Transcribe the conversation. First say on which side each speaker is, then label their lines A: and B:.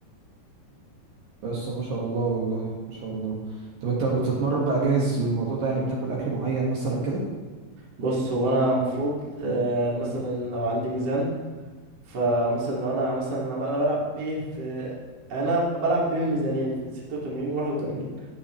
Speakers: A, on the right; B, on the right.
A: يا اسطى ما شاء الله والله ما شاء الله طب أنت بتتمرن بقى جاهز للموضوع ده يعني بتاكل أكل معين مثلا كده؟
B: بص هو انا المفروض آه، مثلا لو عندي ميزان فمثلا لو انا مثلا انا ب- أنا بلعب ايه في يعني انا بلعب بين ميزانين في 86 و 81